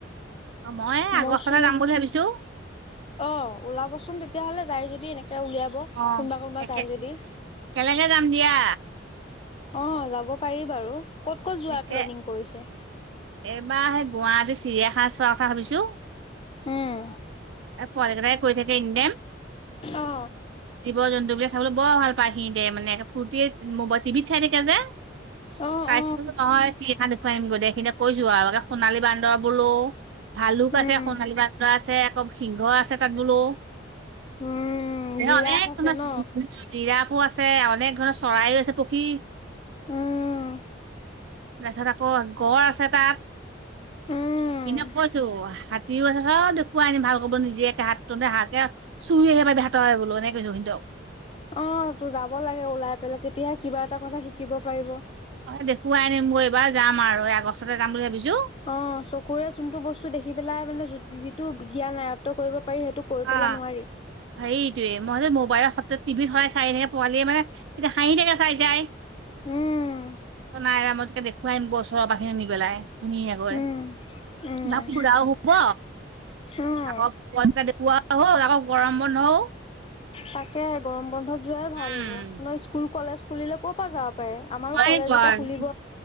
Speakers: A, on the right; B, on the left.
A: অ', মই আগষ্টতে
B: মইছো
A: যাম বুলি ভাবিছোঁ।
B: অ', ওলাবচোন তেতিয়াহ'লে যাই যদি এনেকে উলিয়াব,
A: অ',
B: কোনোবা কোনোবা
A: একে
B: যায় যদি।
A: একেলগে যাম দিয়া।
B: অ', যাব পাৰি বাৰু, ক'ত ক'ত যোৱাৰ
A: একে
B: প্লেনিং কৰিছে?
A: এইবাৰ সেই গুৱাহাটী চিৰিয়াখানা চোৱাৰ কথা ভাবিছোঁ।
B: উম
A: আমাৰ পোৱালিকেইটাই কৈ থাকে এনিটাইম।
B: অ
A: জীৱ জন্তু বিলাক চাবলৈ বৰ ভাল পায় সি দে মানে ফুৰ্তিত মো টিভিত চাই থাকে যে।
B: অ', অ',
A: কৈছো নহয়, চিৰিয়াখানা খন দেখুৱাই আনিম দে, সিদিনাখনৰ কৈছোঁ আৰু লগে সোণালী বান্দৰ বোলো। ভালুক আছে
B: উম
A: সোণালী বান্দৰ আছে, আকৌ সিংহ আছে তাত বোলো।
B: উম
A: এ
B: জিৰাফ
A: অনেক
B: আছে
A: ধৰণৰ
B: ন
A: জিৰাফো আছে, অনেক ধৰণৰ চৰাইও আছে, পখী
B: উম্,
A: তাৰপিছত আকৌ গঁড় আছে তাত, সিদিনা
B: উম
A: কৈছোঁ। আছে, চব দেখুৱাই আনিম ভাল কৈ নিজে একে হাত তোঁতে হাগে। চুই আহিব পাৰিবি হাতটোই বোলো এনেকৈ কিন্তু।
B: অ', তো যাব লাগে ওলাই পেলাই তেতিয়াহে কিবা এটা কথা শিকিব পাৰিব।
A: অ', দেখুৱাই আনিমগৈ এইবাৰ, যাম আৰু এই আগষ্টতে যাম বুলি ভাবিছোঁ।
B: অ', চকুৰে যোনটো বস্তু দেখি পেলাই মানে যিটো জ্ঞান আয়ত্ব কৰিব পাৰি সেই তো কৈ
A: অ
B: পেলাই নোৱাৰি।
A: সেইটোয়ে, মই মোবাইলত টিভিত সদাই চাই থাকে পোৱালিয়ে মানে, এতিয়া হাঁহি থাকে চাই চাই।
B: উম্।
A: ত নাই, মই তোকে দেখুৱাই নিম ওচৰৰ পৰা নি পেলাই ধুনীয়াকৈ।
B: উম উম
A: বা ফুৰাও হ'ব,
B: উম
A: আকৌ পইচা ফুৰাও হ'ল আকৌ গৰম বন্ধও
B: তাকে গৰম বন্ধত যোৱাই
A: উম
B: ভাল হ'ব ন স্কুল কলেজ খুলিলে ক'ৰ পৰা যাব পাৰে। আমাৰো
A: নোৱাৰিটো
B: কলেজ যেতিয়া
A: আৰু
B: খুলিব